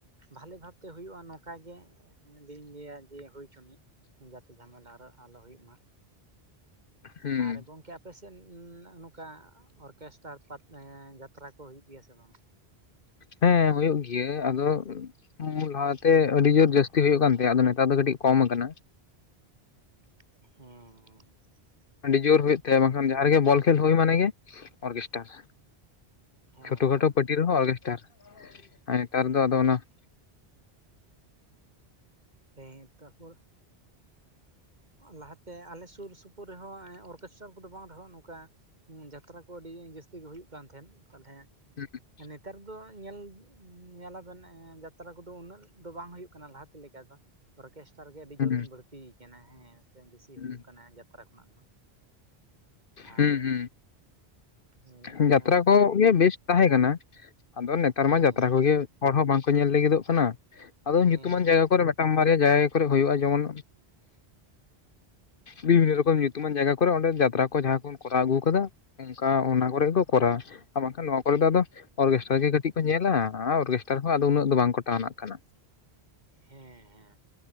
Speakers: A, on the right; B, on the left.
A: ᱵᱷᱟᱞᱮ ᱵᱷᱟᱵ ᱛᱮ ᱦᱩᱭᱩᱜᱼᱟ ᱱᱚᱝᱠᱟᱜᱮ ᱡᱤᱧ ᱞᱟᱹᱭᱟ ᱡᱮ ᱦᱩᱭ ᱪᱚᱱᱤᱡ᱾ ᱡᱷᱟᱢᱮᱞᱟ ᱟᱨᱚ ᱟᱞᱚ ᱦᱩᱭᱩᱜ ᱢᱟ
B: ᱦᱩᱸ
A: ᱦᱮ ᱟᱨ ᱜᱚᱢᱠᱮ᱾ ᱟᱯᱮᱥᱮᱫ ᱱᱚᱝᱠᱟ ᱚᱨᱠᱮᱥᱴᱟᱨ ᱯᱟ ᱡᱟᱛᱨᱟ ᱠᱚ ᱦᱩᱭᱩᱜ ᱜᱮᱭᱟ ᱥᱮ ᱵᱟᱝ?
B: ᱦᱮᱸ ᱦᱩᱭᱩᱜ ᱜᱮᱭᱟ ᱟᱫᱚ᱾ ᱞᱟᱦᱟᱛᱮ ᱟᱹᱰᱤ ᱡᱳᱨ ᱡᱟᱥᱛᱤ ᱦᱩᱭᱩᱜ ᱠᱟᱱ ᱛᱟᱦᱮᱸ ᱟᱫᱚ ᱱᱮᱛᱟᱨ ᱫᱚ ᱠᱟᱹᱴᱤᱡ ᱠᱚᱢ ᱟᱠᱟᱱᱟ᱾
A: ᱦᱩᱸ ᱾
B: ᱟᱹᱰᱤ ᱡᱳᱨ ᱦᱩᱭᱩᱜ ᱛᱟᱦᱮ ᱵᱟᱝᱠᱷᱟᱱ ᱡᱟᱦᱟᱸ ᱨᱮᱜᱮ ᱵᱚᱞ ᱠᱷᱮᱞ ᱦᱩᱭ ᱢᱟᱱᱮ ᱜᱮ ᱚᱨᱠᱮᱥᱴᱟᱨ᱾
A: ᱦᱮᱸ
B: ᱪᱷᱳᱴᱳ ᱠᱷᱟᱴᱳ
A: ᱛᱚ
B: ᱯᱟᱴᱤ ᱨᱮᱦᱚᱸ ᱚᱨᱠᱮᱥᱴᱟᱨ ᱟᱨ ᱱᱮᱛᱟᱨ ᱫᱚ
A: ᱦᱮᱸ
B: ᱟᱫᱚ ᱚᱱᱟ᱾ <inaudible>
A: ᱦᱮᱸ ᱛᱟᱨᱯᱚᱨ᱾ ᱞᱟᱦᱟᱛᱮ ᱟᱞᱮ ᱥᱩᱨ ᱥᱩᱯᱩᱨ ᱨᱮᱦᱚᱸ ᱚᱨᱠᱮᱥᱴᱟᱨ ᱠᱚᱫᱚ ᱵᱟᱝ ᱨᱮᱦᱚᱸ ᱱᱚᱝᱠᱟ᱾ ᱦᱮᱸ ᱡᱟᱛᱨᱟ ᱠᱚ ᱟᱹᱰᱤ ᱡᱟᱹᱥᱛᱤ ᱜᱮ ᱦᱩᱭᱩᱜ ᱠᱟᱱ ᱛᱟᱦᱮᱸᱱ ᱛᱟᱦᱚᱞᱮᱸ᱾
B: ᱦᱩᱸ ᱾
A: ᱱᱮᱛᱟᱨ ᱫᱚ ᱧᱮᱞ ᱧᱮᱞᱟᱵᱮᱱ ᱡᱟᱛᱨᱟ ᱠᱚᱫᱚ ᱩᱱᱟᱹᱜ ᱫᱚ ᱵᱟᱝ ᱦᱩᱭᱩᱜ ᱠᱟᱱᱟ ᱞᱟᱦᱟᱛᱮ ᱞᱮᱠᱟ ᱫᱚ᱾ ᱚᱨᱠᱮᱥᱴᱨᱟ ᱜᱮ ᱟᱹᱰᱤ
B: ᱦᱩᱸ
A: ᱡᱳᱨ ᱵᱟᱹᱲᱛᱤ ᱟᱠᱟᱱᱟ ᱦᱮᱸ ᱥᱮ ᱵᱮᱥᱤ
B: ᱦᱩᱸ
A: ᱦᱩᱭᱩᱜ ᱠᱟᱱᱟ ᱡᱟ᱾ ᱛᱨᱟ ᱠᱷᱚᱱᱟᱜ ᱫᱚ ᱟᱨ
B: ᱦᱩᱸ ᱦᱩᱸ
A: ᱢᱤ
B: ᱡᱟᱛᱨᱟ
A: ᱟᱨ᱾
B: ᱠᱚᱜᱮ ᱵᱮᱥᱴ ᱛᱟᱦᱮᱸ ᱠᱟᱱᱟ ᱟᱫᱚ ᱱᱮᱛᱟᱨ
A: ᱦᱮᱸ
B: ᱢᱟ ᱡᱟᱛᱨᱟ ᱠᱚᱜᱮ ᱦᱚᱲ ᱦᱚᱸ ᱵᱟᱝᱠᱚ ᱧᱮᱞ ᱞᱟᱹᱜᱤᱫᱚᱜ ᱠᱟᱱᱟ᱾ ᱟᱫᱚ
A: ᱦᱮᱸ
B: ᱧᱩᱛᱩᱢᱟᱱ
A: ᱦᱮᱸ ᱦᱮᱸ
B: ᱡᱟᱭᱜᱟ ᱠᱚᱨᱮ ᱢᱤᱫᱴᱟᱝ ᱵᱟᱨᱭᱟ ᱡᱟᱭᱦᱳᱠ ᱠᱚᱨᱮ ᱦᱩᱭᱩᱜᱼᱟ ᱡᱮᱢᱚᱱ ᱵᱤᱵᱷᱤᱱᱱᱚ ᱨᱚᱠᱚᱢ ᱧᱩᱛᱩᱢᱟᱱ ᱡᱟᱭᱜᱟ ᱠᱚᱨᱮ ᱚᱸᱰᱮ ᱡᱟᱛᱨᱟ ᱠᱚ ᱡᱟᱦᱟᱸ ᱠᱚᱢ ᱠᱚᱨᱟᱣ ᱟᱹᱜᱩᱣ ᱠᱟᱫᱟ ᱩᱝᱠᱟ ᱚᱱᱟ ᱠᱚᱨᱮ ᱜᱮ ᱠᱚ ᱠᱚᱨᱟᱣᱟ ᱟᱨ ᱵᱟᱝᱠᱷᱟᱱ ᱱᱚᱣᱟ ᱠᱚᱨᱮ ᱫᱚ ᱟᱫᱚ ᱚᱨᱜᱮᱥᱴᱟᱨ ᱜᱮ ᱠᱟᱹᱴᱤᱡ ᱠᱚ ᱧᱮᱞᱟ ᱟ ᱚᱨᱠᱮᱥᱴᱟᱨ ᱦᱚᱸ ᱟᱫᱚ ᱩᱱᱟᱹᱜ ᱫᱚ ᱵᱟᱝᱠᱚ ᱴᱟᱱᱟᱜ ᱠᱟᱱᱟ᱾
A: ᱦᱮᱸ ᱦᱮᱸ